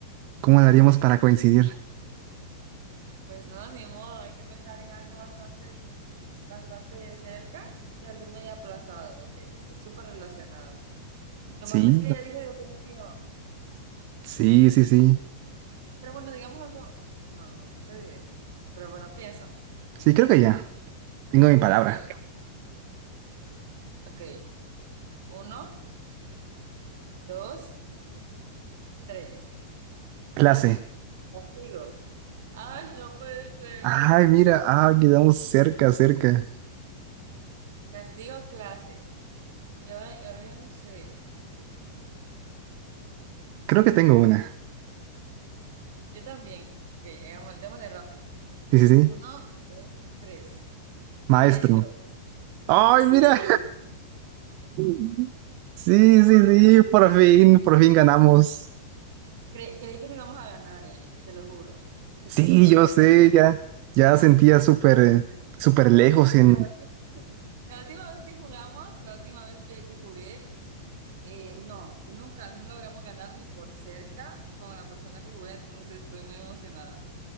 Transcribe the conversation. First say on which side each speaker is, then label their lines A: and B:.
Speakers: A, on the right; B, on the right.
A: ¿cómo lo haríamos para coincidir?
B: Pues no, ni modo, hay que pensar en algo bastante, bastante de cerca de alumno y aplazado. Ok, está súper relacionado. Lo
A: Sí,
B: malo es que ella dice detención.
A: sí, sí, sí.
B: Pero bueno, digamos algo. No, no, no te diré. Pero bueno, piensa.
A: Sí, creo que ya. Tengo mi palabra.
B: Ok, ok. Uno, dos, tres.
A: Clase.
B: Castigo. Ay, no puede ser.
A: Ay, mira, ah, quedamos cerca, cerca.
B: Castigo clase. Y ahora, y ahora ya no sé.
A: Creo que tengo una.
B: Yo también. Ok, llegamos, démosle rápido.
A: Sí, sí, sí.
B: Uno, dos, tres.
A: Maestro.
B: Maestro.
A: Ay,
B: Sí.
A: mira. <laughs> Sí,
B: No
A: sí,
B: puedo
A: sí,
B: creer.
A: por fin, por fin ganamos.
B: Cre- creí que no íbamos a ganar, eh, te lo juro. Te
A: Sí,
B: lo juro,
A: yo
B: creí
A: sé,
B: que no.
A: ya, ya sentía súper, eh, súper lejos
B: Porque
A: en,
B: la, ulti- <laughs> la última vez que jugamos, la última vez que, que jugué, eh, no, nunca, no logramos ganar ni por cerca con la persona que jugué, entonces estoy muy emocionada.